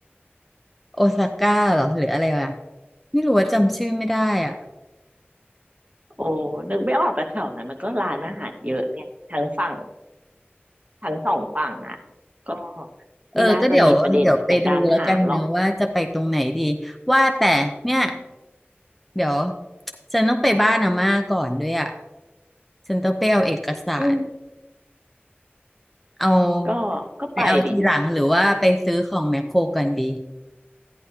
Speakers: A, in the centre; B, on the right (about 35°).
A: โอซาก้าเหรอหรืออะไรวะไม่รู้ว่าจำชื่อไม่ได้อ่ะ
B: โอ้นึกไม่ออกแต่แถวนั้นมันก็ร้านอาหารเยอะไงทั้งฝั่งทั้งสองฝั่งอ่ะก็
A: เออก็เดี๋ยวเดี๋ยวไปดูแล้วกันเนอะว่าจะไปตรงไหนดี
B: ไม่น่าจะมีประเด็นในการหาหรอก
A: ว่าแต่เนี่ยเดี๋ยวฉันต้องไปบ้านอาม่าก่อนด้วยอ่ะฉันต้องไปเอาเอกสาร
B: อืม
A: เอา
B: ก็ก็ไปดิ
A: ไปเอาทีหลังหรือว่าไปซื้อของแมคโครกันดี